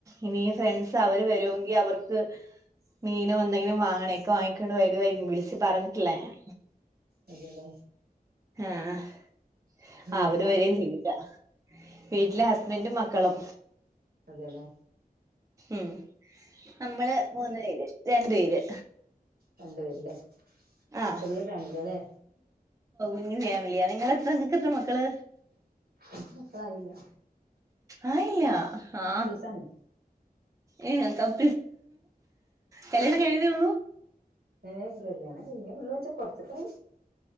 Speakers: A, on the right; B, on the right.
A: ഇനി ഫ്രണ്ട്സ് അവർ വരുമെങ്കിൽ അവർക്ക് മീനോ എന്തെങ്കിലും വാങ്ങണെ ഒക്കെ വാങ്ങിക്കൊണ്ട് വരുവായിരിക്കും വിളിച്ച് പറഞ്ഞിട്ടില്ല ഞാൻ
B: അതെയലേ
A: ആ
B: വീട്ടിലാരൊക്കെയാണ്
A: അവര് വരെയും ചെയ്തില്ല വീട്ടിലെ ഹസ്ബന്റും മക്ക ക്കളം
B: അതെയല്ലേ
A: ഉം അമ്മൾ മൂന്ന് പേര് രണ്ട് പേര്
B: രണ്ട് പേര്ലേ
A: ആഹ്
B: ചെറിയ ഫാമിലി ആലേ
A: <unintelligible> ഫാമിലിയാ നിങ്ങളെത്ര നിങ്ങക്ക് എത്ര മക്കള്
B: ൻക് മക്കളായില്ല
A: ആയില്ല ഹാ
B: കപ്പിൾസാണ്
A: ഏ <unintelligible> കല്യാണം കഴിഞ്ഞതെയുള്ളു
B: ഏ കല്യാണം കഴിഞ്ഞെയുള്ളുച്ചാ കൊറച്ചൊക്കായി